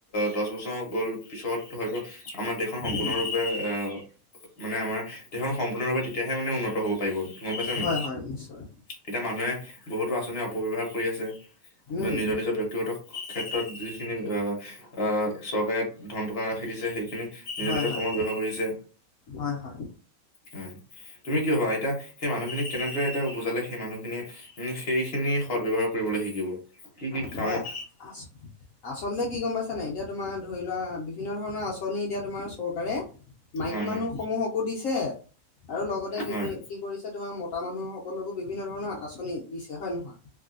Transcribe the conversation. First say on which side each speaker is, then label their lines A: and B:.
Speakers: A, on the left; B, on the left.
A: দহ বছৰ গ'ল পিছত হয়তো আমাৰ দেশখন সম্পূৰ্ণৰূপে
B: উম
A: অহ, মানে আমাৰ দেশখন সম্পূৰ্ণৰূপে তেতিয়া তেহে মানে উন্নত হ'ব পাৰিব। গম পাইছ নে,
B: হয় হয় নিশ্চয়
A: এতিয়া মানুহে বহুতো আঁচনি অপব্যৱহাৰ কৰি আছে।
B: উম
A: নিজৰ নিজৰ ব্যক্তিগত ক্ষেত্ৰত যিখিনি অহ', অহ' চৰকাৰে। ধন টকা ৰাখি দিছে, সেইখিনি নিজে
B: হয়
A: নিজে
B: হয়
A: কমত ব্যৱহাৰ কৰিছে।
B: হয় হয়
A: হয় তুমি কি ভাবা এতিয়া সেই মানুহখিনিক কেনেদৰে এতিয়া বুজালে সেই মানুহখিনিয়ে উম' সেইখিনি সদ ব্যৱহাৰ কৰিবলৈ শিকিব। কি কি কামত
B: হয়, আ-আচলতে কি গম পাইছ নাই এতিয়া তোমাৰ ধৰি লোৱা বিভিন্ন ধৰণৰ আঁচনি এতিয়া তোমাৰ চৰকাৰে মাইকী
A: হয়
B: মানুহ
A: হয়
B: সমূহকো দিছে আৰু লগতে কি
A: হয়
B: কৰি, কি কৰিছে তোমাৰ মতা মানুহ সকলোকো বিভিন্ন ধৰণৰ আঁচনি দিছে হয় নহয়,